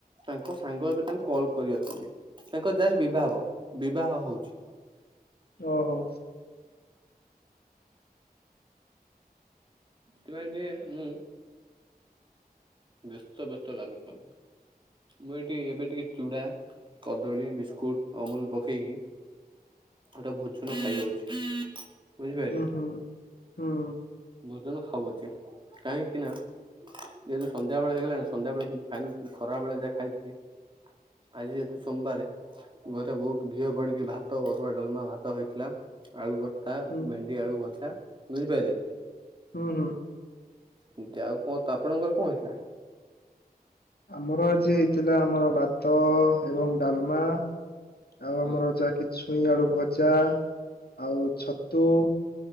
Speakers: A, on the right; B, on the left.
A: ତାଙ୍କ ସାଙ୍ଗ ଏବେ ତାଙ୍କୁ କଲ୍ କରି ଅଛନ୍ତି। ତାଙ୍କର ଯାର୍ ବିବାହ ହବ। ବିବାହ ହଉଛି।
B: ଓହୋ!
A: କି ପାଇଁ ଟିଏ ମୁଁ ବ୍ୟସ୍ତ ବ୍ୟସ୍ତ ଲାଗୁଛିମ। ମୁଁ ଏଇଠି ଏବେ ଟିକେ ଚୁଡା କଦଳୀ, ବିସ୍କୁଟ, ଅମୁଲ ପକେଇକି, ହେଟା ଟା ଭୋଜ୍ ତେଣୁ, ଖାଇ ହଉଛି। ବୁଝିପାଇଲେ!
B: ହୁଁ ହୁଁ ହୁଁ
A: ଭୋଜନ ଖାଉ ଅଛି। କାହିଁକି ନା ଯେହେତୁ, ସନ୍ଧ୍ୟାବେଳେ ହେଇଗଲାଣି। ସନ୍ଧ୍ୟାବେଳେ କିଛି ଖାଇନଥିଲି ଖରାବେଳେ, ଯାହା ଖାଇଥିଲି। ଆଜି ଯେହେତୁ, ସୋମବାରେ ଘରେ ବହୁତ ଘିଅ ପଡିକି, ଭାତ ଅରୁଆ, ଡାଲମା ଭାତ ହେଇଥିଲା। ଆଳୁ ଭର୍ତା,
B: ହୁଁ
A: ଭେଣ୍ଡି ଆଳୁ ଭଜା, ବୁଝିପାଇଲେ!
B: ହୁଁ, ହୁଁ।
A: ଏମତି ଆଉ। କଣ ତ ଆପଣଙ୍କର କଣ ହେଇଥିଲା?
B: ଆମର ଆଜି ହେଇଥିଲା ଆମର ଭାତ ଏବଂ ଡାଲମା, ଆଉ,
A: ହଁ
B: ଆମର ଯାହାକି ଛୁଇଁ ଆଳୁ ଭଜା, ଆଉ ଛତୁ,